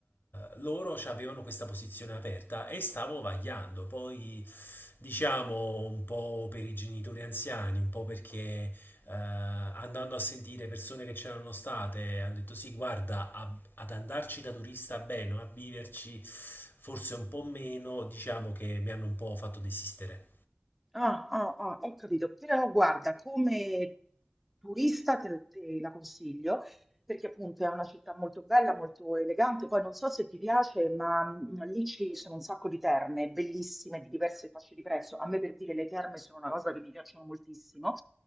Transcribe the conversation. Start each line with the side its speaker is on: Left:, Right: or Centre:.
Left: loro avevano questa posizione aperta e stavo vagliando. Poi diciamo un po' per i genitori anziani, un po' perché eh, andando a sentire persone che c'erano state hanno detto sì, guarda, a- ad andarci da turista bene, a viverci forse un po' meno, diciamo che mi hanno un po' fatto desistere.
Centre: Ah, ah, ah, ho capito, però guarda, come turista te, te la consiglio, perché appunto è una città molto bella, molto elegante, poi non so se ti piace, ma mm, lì ci sono un sacco di terme, bellissime, di diverse fasce di prezzo, a me per dire le terme sono una cosa che mi piacciono moltissimo,